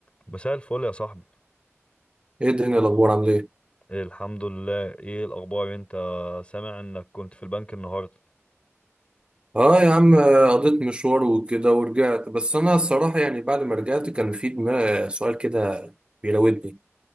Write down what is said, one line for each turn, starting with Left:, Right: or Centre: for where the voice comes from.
Left: مساء الفل يا صاحبي
Right: ايه الدنيا الاخبار عامل ايه
Left: إيه الحمد لله ايه الاخبار انت سامع انك كنت في البنك النهارده
Right: اه يا عم آه، قضيت مشوار وكده ورجعت بس انا الصراحه يعني بعد ما رجعت كان في دماغ سؤال كده بيراودني